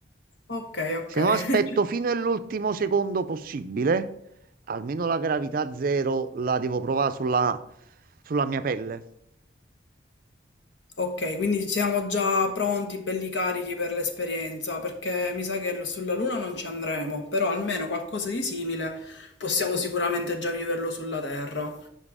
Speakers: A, on the left; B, on the right.
A: ok, ok.
B: Se no aspetto
A: <laughs>
B: fino all'ultimo secondo possibile, almeno la gravità zero la devo provare sulla, sulla mia pelle.
A: Ok, quindi siamo già pronti, belli carichi per l'esperienza, perché mi sa che sulla Luna non ci andremo, però almeno qualcosa di simile possiamo sicuramente già viverlo sulla Terra.